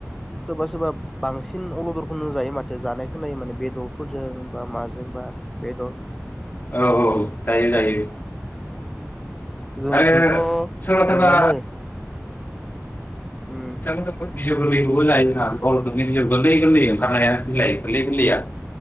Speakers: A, in the centre; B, on the left.
A: सोरबा सोरबा बांसिन अलदरखौनो जायो माथो जानाय खोनायो माने बेदरफोरजों बा माजों बा बेदर
B: औ औ जायो जायो
A: जोंथिंथ'
B: आरो सोरबा
A: मोनानो उम
B: <inaudible> बिजौ गोललैखौबो जायोना भल दो बिजौ गोललै गोललै ओंखारनाया बिलाइ गोललै गोललैया